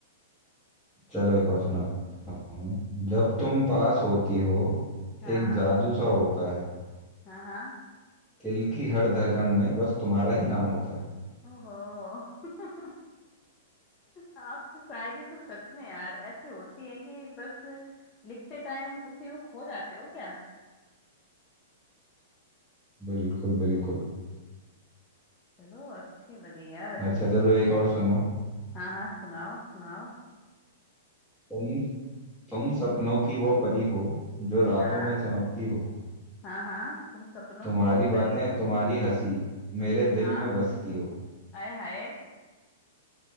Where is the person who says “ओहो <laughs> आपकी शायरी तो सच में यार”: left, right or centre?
Left